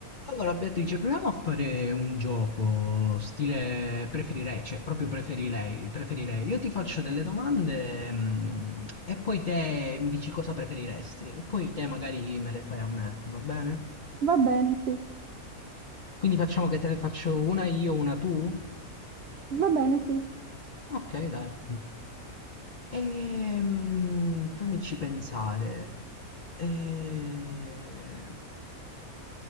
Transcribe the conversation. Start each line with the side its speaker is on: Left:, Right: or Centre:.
Left: Allora, Beatrice, proviamo a fare un gioco stile preferirei, cioè proprio preferirei, preferirei. Io ti faccio delle domande, mm, e poi te mi dici cosa preferiresti, e poi te magari me le fai a me, va bene?
Right: Va bene, sì,
Left: Quindi facciamo che te ne faccio una io, una tu?
Right: va bene, sì.
Left: Ok, dai. Ehm, fammici pensare. Ehm,